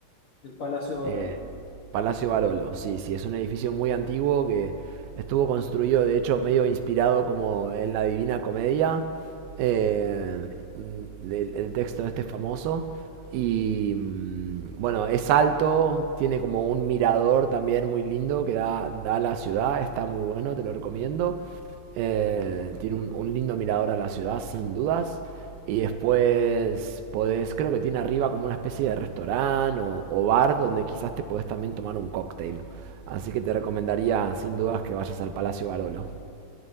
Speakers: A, on the left (about 75°); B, on the right (about 80°).
A: el Palacio de
B: Eh,
A: Orolo.
B: Palacio Barolo, sí, sí, es un edificio muy antiguo que estuvo construido, de hecho, medio inspirado como en la Divina Comedia, eh, del- el, texto este famoso. Y mm, bueno, es alto, tiene como un mirador también muy lindo que da, da a la ciudad, está muy bueno, te lo recomiendo. Eh, tiene un, un lindo mirador a la ciudad, sin dudas. Y después podés, creo que tiene arriba como una especie de restaurante o, o bar donde quizás te podés también tomar un cóctel. Así que te recomendaría sin dudas que vayas al Palacio Barolo.